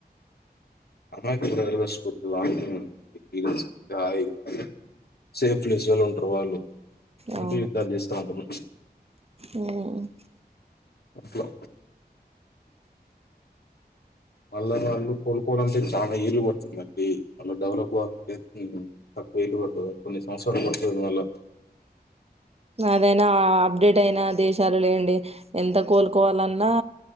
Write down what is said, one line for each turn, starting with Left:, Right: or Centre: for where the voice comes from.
Left: అస్యి <unintelligible> సేఫ్ ప్లేస్ లోనే ఉంటరు. వాళ్ళు మొండి,
Right: అవును
Left: యుద్ధాలు చేస్తావుంటారు.
Right: ఉమ్.
Left: అట్లా మళ్ళ వాళ్ళు కోలుకోవాలంటే, చాలా ఏళ్లు పడుతుందండి. మళ్ళ డెవలప్ కావాలంటే మ్ వేయిట్ పడ్తది, కొన్ని సంసవత్సరాల పరిస్థితది మళ్ళ.
Right: అదైనా అప్డేట్ అయినా, దేశాలు లేవండి ఎంత కోలుకోవాలన్. అ